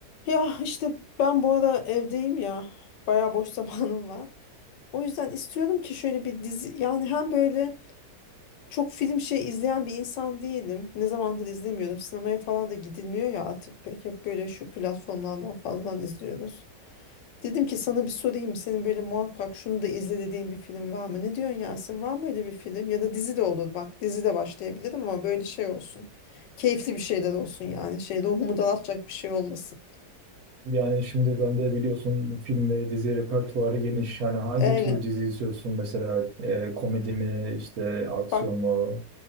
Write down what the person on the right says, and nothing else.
Yani şimdi ben de biliyorsun film ve dizi repertuarı geniş. Yani hangi
tür dizi izliyorsun mesela E, komedi mi işte aksiyon
mu?